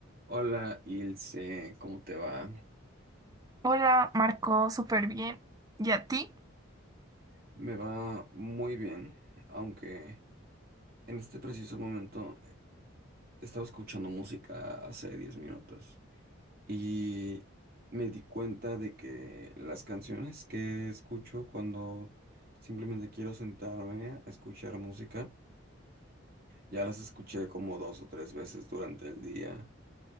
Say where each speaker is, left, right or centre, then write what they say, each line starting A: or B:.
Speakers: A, on the right; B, on the right.
A: Hola Ilse, ¿cómo te va?
B: Hola, Marco, súper bien. ¿Y a ti?
A: Me va muy bien, aunque en este preciso momento estaba escuchando música hace 10 minutos y me di cuenta de que las canciones que escucho cuando simplemente quiero sentarme a escuchar música, ya las escuché como dos o tres veces durante el día.